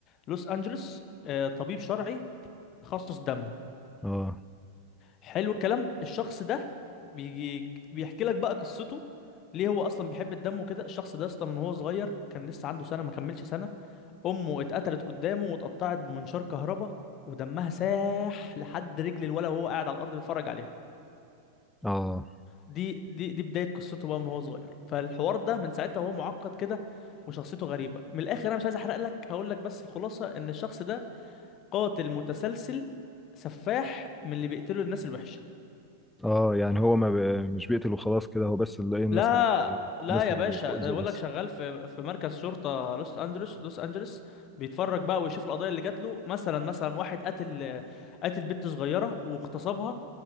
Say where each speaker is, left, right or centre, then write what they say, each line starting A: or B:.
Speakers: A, on the left (about 35°); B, in the centre.
A: لوس انجلوس آه، طبيب شرعي تخصص دم
B: اه
A: حلو الكلام الشخص ده بيجي بيحكي لك بقى قصته ليه هو اصلا بيحب الدم وكده الشخص ده اصلا من هو صغير كان لسه عنده سنه ما كملش سنه امه اتقتلت قدامه واتقطعت بمنشار كهرباء ودمها ساح لحد رجل الولا وهو قاعد على الارض بيتفرج عليها
B: اه
A: دي دي دي بدايه قصته بقى من هو صغير فالحوار ده من ساعتها وهو معقد كده وشخصيته غريبه من الاخر انا مش عايز احرق لك هقول لك بس الخلاصه ان الشخص ده قاتل متسلسل سفاح من اللي بيقتلوا الناس الوحشه
B: اه يعني هو ما ب... مش بيقتل وخلاص كده هو بس اللي ايه الناس
A: لا لا
B: الناس
A: يا
B: المؤذية
A: باشا ده بقول
B: بس
A: لك شغال في في مركز شرطه لوس انجلوس لوس انجلوس بيتفرج بقى ويشوف القضايا اللي جات له مثلا مثلا واحد قتل قتل بنت صغيره واغتصبها